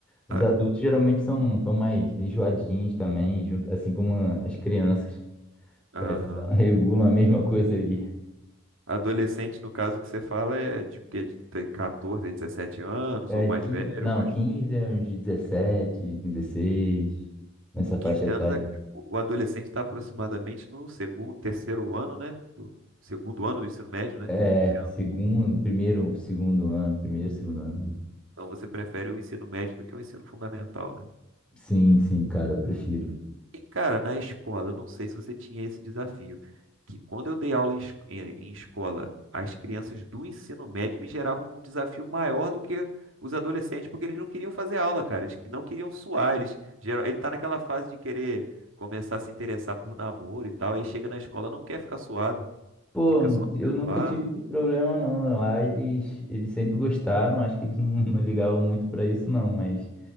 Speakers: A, in the centre; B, on the right (about 70°).
A: Os
B: A-
A: adultos geralmente são, são mais enjoadinhos também, junto- assim como as crianças.
B: Aham.
A: Parece que <laughs> elas regulam a mesma coisa ali.
B: Adolescente, no caso que você fala, é de, quê? de ter 14, 17 anos,
A: É,
B: ou mais
A: quin
B: velho,
A: não,
B: ou mais
A: quinze
B: novo.
A: a uns 17 16 nessa
B: Com
A: faixa
B: 15
A: etária.
B: anos, é- o adolescente está aproximadamente no segundo, terceiro ano, né? Do segundo ano do ensino médio, né?
A: É,
B: 15 anos.
A: segundo, primeiro, segundo ano, primeiro, segundo ano.
B: Então você prefere o ensino médio do que o ensino fundamental, né?
A: Sim, sim, cara, eu prefiro.
B: E, cara, na escola, eu não sei se você tinha esse desafio, que quando eu dei aula em, es- em- em escola, as crianças do ensino médio me geravam um desafio maior do que os adolescentes, porque eles não queriam fazer aula, cara. Eles não queriam suar. Eles, geral- ele tá naquela fase de querer começar a se interessar por namoro e tal, aí chega na escola, não quer ficar suado.
A: Pô,
B: Fica só no
A: eu
B: celular.
A: nunca tive esse problema não. Lá eles, eles sempre gostaram, acho que eles não, <laughs> não ligavam muito pra isso não, mas